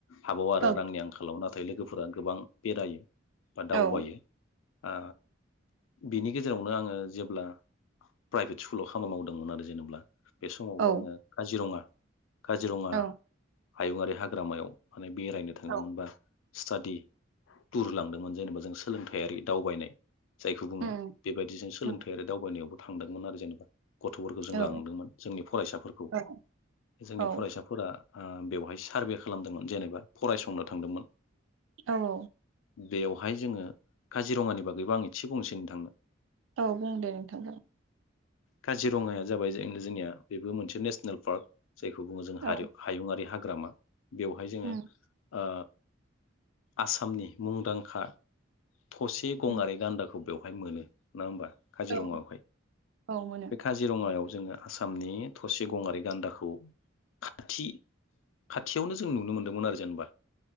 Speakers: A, on the left (about 85°); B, on the right (about 80°).
A: हाबाव आरो
B: औ
A: रांनि आंखालाव ना नाथाय लोगोफोरा गोबां बेरायो। बा दावबायो।
B: औ
A: आ बिनि गेजेरावनो आङो जेब्ला प्राइभेट स्कुलाव खामानि मावदोंमोन आरो जेनेब्ला बे समावबो
B: औ
A: आंङो काजिरङा काजीरङा
B: औ
A: हायुंङारि हाग्रामायाव माने बेरायनो थांदोंमोनबा
B: औ
A: स्टादि टुर लांदोंमोन जेनेबा जों सोलोंथाइ आरि दावबायनाय जायखौ बुङो
B: उम
A: बेबायदिजों सोलोंथाइ
B: उम
A: आरो दावबायनायावबो थांदोंमोन आरो जेनेबा। गथ'फोरखौ जों
B: औ
A: लांदोंमोन जोंनि फरायसाफोरखौ
B: औ
A: जोंनि
B: औ
A: फरायसाफोरा बेवहाय सारभे खालामदोंमोन जेनेबा फरायसंनो थांदोंमोन।
B: औ औ
A: बेयावहाय जोंङो काजिरंङानि बागैब आं एसे बुंनोसै नोंथांनो।
B: औ बुं दे नोंथांखौ
A: काजिरङाया जाबाय जे जोंनिया बेबो मोनसे नेसनेल पार्क जायखौ बुङो जों हयुं
B: औ
A: हायुङारि हाग ग्रामा बेवहाय जोंङो
B: उम
A: ओ आसामनि मुंदांखा थसे गंआरि
B: उम
A: गान्दाखौ बेवहाय मोनो नों होमबा? काजिरंङायावहाय
B: औ औ मोनो
A: बे काजिरंङायाव जोंङो आसामनि थरसे गंआरि गान्दाखौ खाथि खाथियावनो जों नुनो मोनदोंमोन आरो जेनेबा